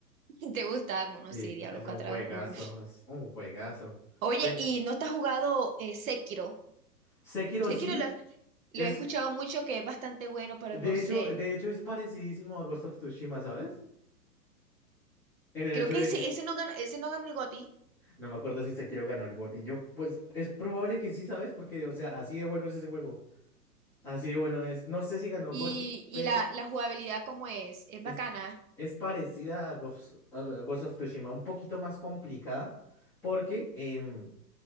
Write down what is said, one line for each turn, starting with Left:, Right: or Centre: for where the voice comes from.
Right: <laughs> ¿Te gusta? Bueno,
Centre: Sí,
Right: sí, Diablo
Centre: es
Right: cuatro
Centre: un juegazo,
Right: eh, uf.
Centre: es un juegazo.
Right: Oye,
Centre: Te-
Right: ¿y no te has jugado eh, Sekiro?
Centre: Sekiro
Right: Sekiro
Centre: sí,
Right: lo,
Centre: es,
Right: lo he escuchado mucho, que es bastante bueno, pero
Centre: de
Right: no
Centre: hecho,
Right: sé.
Centre: de hecho es parecidísimo a Ghost of Tsushima, ¿sabes? En el
Right: Creo
Centre: hecho
Right: que
Centre: de
Right: ese,
Centre: que,
Right: ese no ganó, ese no ganó el GOTY.
Centre: no me acuerdo si Sekiro ganó el GOTY, yo, pues, es probable que sí, ¿sabes? Porque, o sea, así de bueno es ese juego, así de bueno es, no sé si ganó
Right: Y,
Centre: GOTY,
Right: y
Centre: pero
Right: la, la jugabilidad, cómo es? Es
Centre: es,
Right: bacana.
Centre: es parecida a Ghost, a Ghost of Tsushima, un poquito más complicada, porque, em,